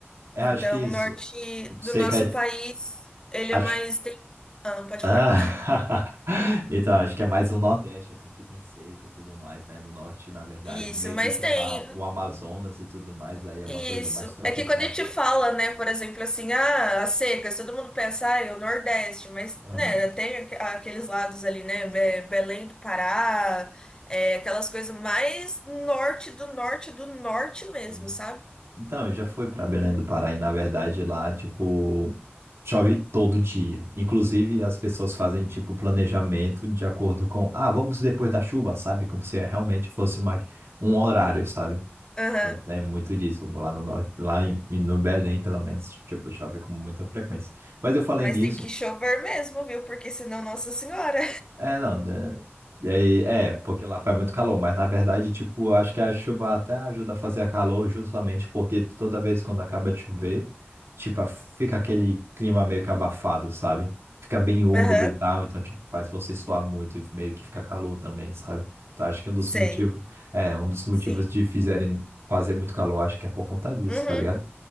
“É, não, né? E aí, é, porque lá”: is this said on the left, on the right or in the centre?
Right